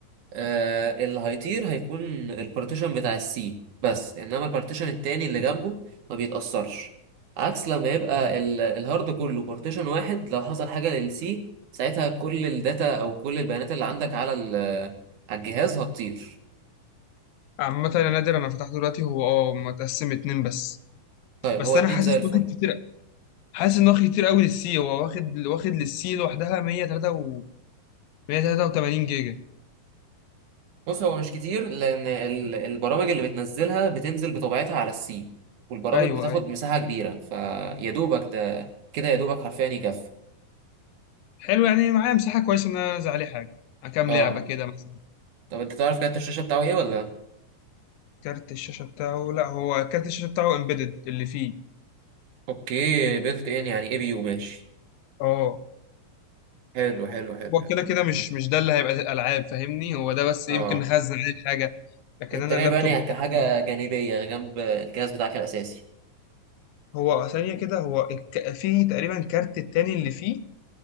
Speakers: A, on the right (about 65°); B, on the left (about 80°).
A: آه، اللي هيطير هيكون البارتيشن بتاع السي بس إنما البارتيشن التاني اللي جنبه ما بيتأثرش عكس لما يبقى ال- الهارد كله بارتيشن واحد لو حصل حاجة للسي ساعتها كل الداتا أو كل البيانات اللي عندك على ال- على الجهاز هتطير
B: عامه انا نادر انا فتحته دلوقتي هو اه متقسم اتنين بس
A: طيب
B: بس
A: هو
B: انا
A: اتنين
B: حاسس
A: زي الفل
B: واخد كتير حاسس ان واخد كتير قوي للسي هو واخد واخد للسي لوحدها 103 و 183 جيجا
A: بص هو مش كتير لان ال- البرامج اللي بتنزلها بتنزل بطبيعتها على السي والبرامج
B: ايوه
A: بتاخد
B: ايوه
A: مساحه كبيره فيا دوبك ده كده يا دوبك حرفيا يكفي
B: حلو يعني معايا مساحه كويسه ان انا انزل عليه حاجه كام
A: اه
B: لعبه كده مثلا
A: طب انت تعرف كارت الشاشه بتاعه ايه ولا
B: كارت الشاشه بتاعه لا هو كارت الشاشه بتاعه امبيدد اللي فيه
A: اوكي بيلت ان يعني اي بي يو ماشي
B: اه
A: حلو حلو حلو
B: هو
A: حلو
B: كده كده مش مش ده اللي هيبقى الالعاب فاهمني هو ده بس
A: اه
B: يمكن نخزن عليه حاجه لكن
A: انت
B: انا
A: جاي
B: اللابتوب
A: بقى لي
B: بتاعي
A: كحاجه جانبيه جنب الجهاز بتاعك الاساسي
B: هو ثانيه كده هو الك... فيه تقريبا كارت التاني اللي فيه